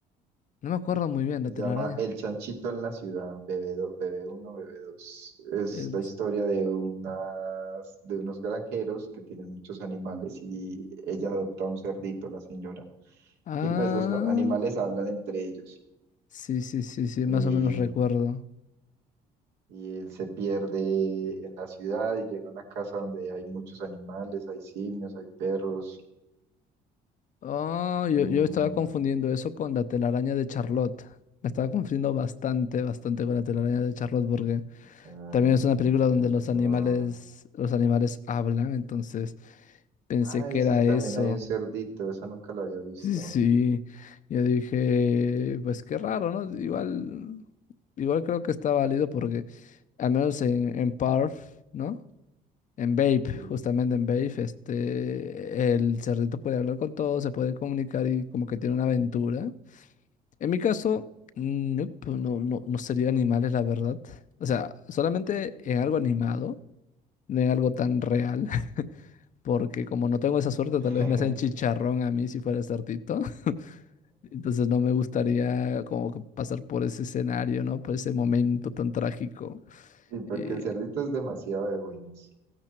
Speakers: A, on the left; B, on the right.
A: No me acuerdo muy bien,
B: Se
A: la telaraña.
B: llama El Chanchito en la Ciudad, BB1, BB2. Es
A: El-
B: la historia de unas, de unos granjeros que tienen muchos animales y ella adopta un cerdito, la señora.
A: Ah,
B: Y pues los ca- animales hablan entre ellos.
A: sí, sí, sí, sí,
B: Y,
A: más o menos recuerdo.
B: y él se pierde en la ciudad y llega a una casa donde hay muchos animales, hay simios, hay perros.
A: Oh, yo,
B: mm,
A: yo estaba confundiendo eso con la telaraña de Charlotte. La estaba confundiendo bastante, bastante con la telaraña de Charlotte porque...
B: eh,
A: También es una película donde los animales,
B: la-
A: los animales hablan, entonces pensé
B: Ay,
A: que
B: sí,
A: era
B: también
A: eso.
B: hay un cerdito,
A: <laughs>
B: esa nunca la había visto.
A: Sí, sí. Yo dije, pues qué raro, ¿no? Igual, igual creo que está válido porque al menos en, en Parf, ¿no? En Babe,
B: Sí.
A: justamente en Babe, este, el cerdito puede hablar con todos, se puede comunicar y como que tiene una aventura. En mi caso, nope, no, no, no sería animales, la verdad. O sea, solamente en algo animado no en algo tan real, <laughs> porque como no tengo esa suerte,
B: <laughs>
A: tal vez me hacen chicharrón a mí si fuera sartito. <laughs> Entonces no me gustaría como que pasar por ese escenario, ¿no? Por ese momento tan trágico.
B: Sí, porque
A: Y
B: el cerdito es demasiado de buenos.